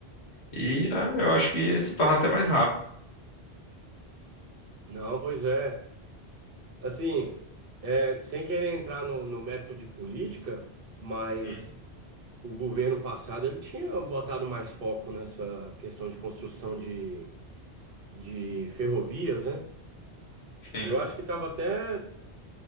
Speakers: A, on the left (about 75°); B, on the right (about 60°).
A: E, né, eu acho que se torna até mais rápido.
B: Não, pois é. Assim, é, sem querer entrar no, no mérito de política, mas
A: Uhum.
B: o governo passado ele tinha botado mais foco nessa questão de construção de, de ferrovias, né?
A: Sim.
B: Eu acho que estava até